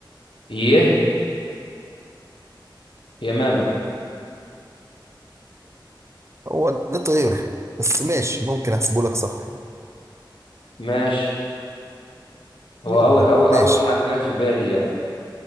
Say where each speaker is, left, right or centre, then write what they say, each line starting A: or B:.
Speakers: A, on the left; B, on the right.
A: يه يمامة
B: هو ده طير بس ماشي ممكن أحسبه لك صح يعني
A: ماشي هو
B: يلا
A: أول أول أول
B: ماشي
A: حاجة جت في بالي يعني